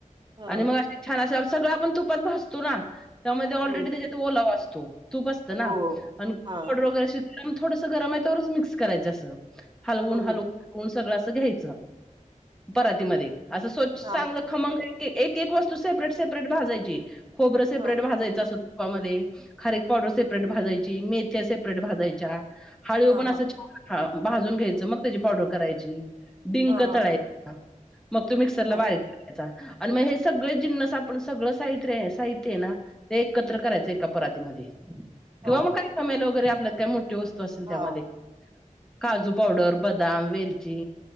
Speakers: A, on the right; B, in the centre.
A: हां
B: आणि मग असे छान अस सगळं आपण तुपात भासतो ना त्यामध्ये ऑलरेडी
A: हं
B: त्याच्यात ओला वास तो तूप असतं ना
A: हो
B: आणि
A: हा
B: <unintelligible> <unintelligible> थोडसं गरम आहे तवरच मिक्स करायचं असं हलवून
A: हम्म
B: हलवून
A: हम्म
B: <unintelligible> सगळ घ्या परातीमध्ये असं स्वच्छ
A: हा
B: चांगलं खमंग एक एक वस्तू सेपरेट सेपरेट भाजयची खोरंेपेटजायच
A: हा
B: असतं तुपामध्ये खारेक पावडर सेपरेट भाजयची मेथ्या सेपरेट भाजायच्या हाळू
A: हा
B: पण
A: हा
B: असं छ भाजून घ्यायचं मग त्याची पावडर करायची डिंक
A: हा हा
B: तळायच मग तू मिक्सरला
A: हा
B: बाहेरयचा आणि मग हे सगळे जिन्नस आपण सगळं साहित्य आहे साहित्य आहे ना ते एकत्र करायचं एका परातीमध्येध्ये किंवा
A: हा
B: मग काय समेल वगैरे त्या मोठेत असेल त्यामध्ये
A: हा
B: काजू पावडर बदाम वेलची